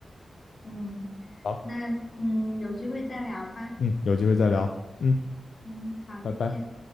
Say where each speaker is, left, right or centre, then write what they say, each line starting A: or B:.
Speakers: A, on the left; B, on the left.
A: 嗯，
B: 好，
A: 那嗯有机会再聊吧。
B: 嗯，有机会再聊，嗯，
A: 嗯，好，再见。
B: 拜拜。